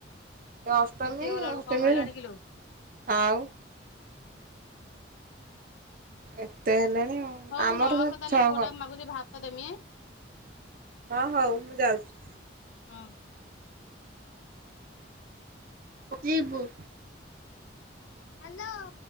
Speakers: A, on the right; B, on the left.
A: ଏ ଅଷ୍ଟମୀ
B: ଦ୍ୱିତୀୟ ଗଲା ବେଳକୁ
A: ଅଷ୍ଟମୀ
B: କମ ହେଲାଣି
A: <unintelligible>
B: କିଲୋ
A: ଆଉ ଏତେ ହେଲେଣି ଆଉ।
B: ହଉ
A: ଆମର
B: ରଖ
A: ସବୁ
B: ତାହାନେ
A: ଛଅ
B: ପୁଅଟା
A: ଘର
B: ମାଗୁଚି ଭାତ ଦେମିଁ।
A: ହ ହଉ ମୁଁ ଯାଉଚି।
B: ହଁ।
A: <unintelligible> ଯିବୁ।
B: ହାଲୋ।